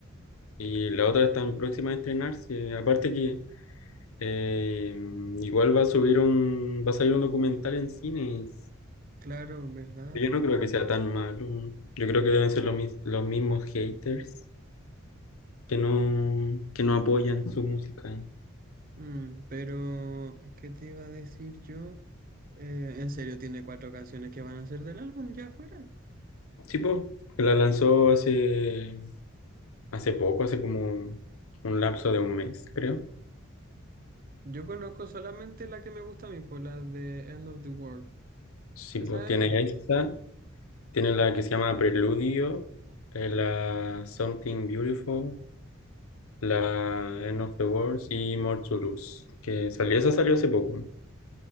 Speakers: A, on the left; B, on the right.
A: Y la otra está en próxima a estrenarse. Aparte que eh, igual va a subir un, va a salir un documental en cines.
B: Claro, ¿verdad?
A: Yo no creo que sea tan malo. Yo creo que deben ser los, mis- los mismos haters que no, que no apoyan su música.
B: Mm, pero, ¿qué te iba a decir yo? Eh, en serio, tiene cuatro canciones que van a ser del álbum ya fuera.
A: Sí, po, que la lanzó hace Hace poco, hace como un, un lapso de un mes, creo.
B: Yo conozco solamente la que me gusta a mí, por la de End of the World.
A: Sí,
B: Esa
A: pues
B: es
A: tiene
B: nueva.
A: esta, tiene la que se llama Preludio, eh, la Something Beautiful, la End of the World y More to Lose, que salió, esa salió hace poco.